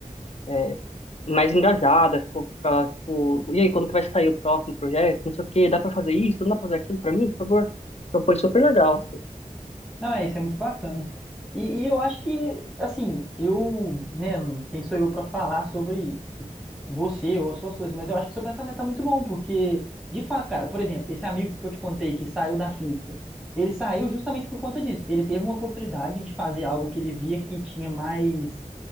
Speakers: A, on the left; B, in the centre.
A: é, mais engajada, ficou- ficava tipo, e aí, quando que vai sair o próximo projeto? Não sei o quê, dá pra fazer isso? Não dá pra fazer aquilo pra mim, por favor? Então foi super legal, assim.
B: Não, é, isso é muito bacana. E, e eu acho que, assim, eu, né, quem sou eu para falar sobre o- você ou as suas coisas, mas eu acho que seu pensamento tá muito bom, porque, de fato, cara, por exemplo, esse amigo que eu te contei que saiu da física, ele saiu justamente por conta disso. Ele teve uma oportunidade de fazer algo que ele via que tinha mais